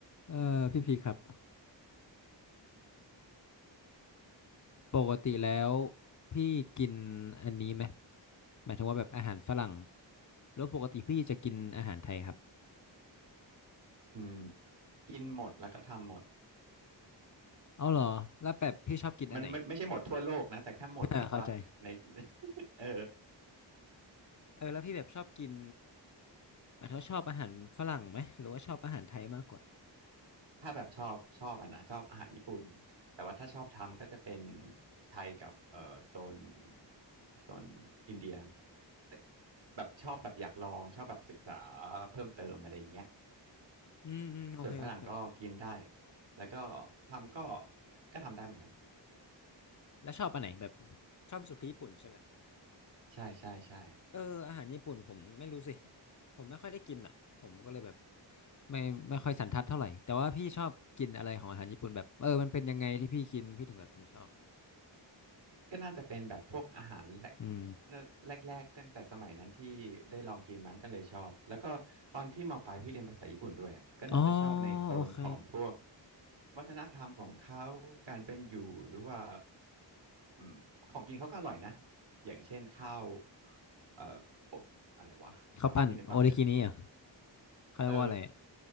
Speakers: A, on the left (about 40°); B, on the right (about 70°).
A: เออพี่พีครับปกติแล้วพี่กินอันนี้ไหมหมายถึงว่าแบบอาหารฝรั่งแล้วปกติพี่จะกินอาหารไทยครับ
B: อืมกินหมดแล้วก็ทำหมด
A: เอาเหรอแล้วแบบพี่ชอบกินอันไหน
B: มันมันไม่ใช่หมดทั่วโลกนะแต่แค่หมดแบบว่าใน
A: <laughs> อ่า <laughs> เข้าใจ
B: <laughs> เออ
A: เออแล้วพี่แบบชอบกินหมายถึงว่าชอบอาหารฝรั่งไหมหรือว่าชอบอาหารไทยมากกว่า
B: ถ้าแบบชอบชอบอ่ะนะชอบอาหารญี่ปุ่นแต่ว่าถ้าชอบทำก็จะเป็นไทยกับเออโซนโซนอินเดียแต่แบบชอบแบบอยากลองชอบแบบศึกษาเพิ่มเติมอะไรอย่างเงี้ย
A: อืมอืมโอเคโอเค
B: ส่วนฝรั่งก็กินได้แล้วก็ทำก็ก็ทำได้เหมือนกัน
A: แล้วชอบอันไหนแบบชอบที่สุดคือญี่ปุ่นใช่ไหม
B: ใช่ใช่ใช่
A: เอออาหารญี่ปุ่นผมไม่รู้สิผมไม่ค่อยได้กินอ่ะผมก็เลยแบบ ไม่ไม่ค่อยสันทัดเท่าไหร่แต่ว่าพี่ชอบกินอะไรของอาหารญี่ปุ่นแบบเออมันเป็นยังไงที่พี่กินพี่ถึงแบบถึงชอบ
B: ก็น่าจะเป็นแบบพวกอาหารแรก
A: อืม
B: แรกแรกๆตั้งแต่สมัยนั้นที่ได้ลองกินมั้งก็เลยชอบแล้วก็ตอนที่มปลายพี่เรียนภาษาญี่ปุ่นด้วยอะก็น่าจะชอบในโซนของพวก
A: อ๋อโอเค
B: วัฒนธรรมของเขาการเป็นอยู่หรือว่าอืมของกินเขาก็อร่อยนะอย่างเช่นข้าวเอ่ออบอะไรวะเดี๋ยวพี่นึกก่อน
A: ข้าวปั้นโอเลกินี่อ่ะเขาเรียกว่าอะไรอะ
B: เออ